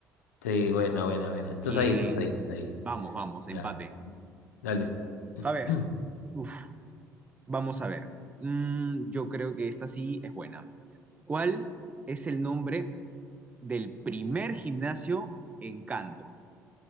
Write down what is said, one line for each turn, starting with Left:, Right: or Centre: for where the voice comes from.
Left: Sí, bueno, bueno, bueno. Estás
Right: Bien,
Left: ahí, estás ahí, estás ahí.
Right: vamos, vamos, empate.
Left: Ya, dale.
Right: A ver,
Left: <clears throat>
Right: uf, vamos a ver. Mm, yo creo que esta sí es buena. ¿Cuál es el nombre? del primer gimnasio en Kanto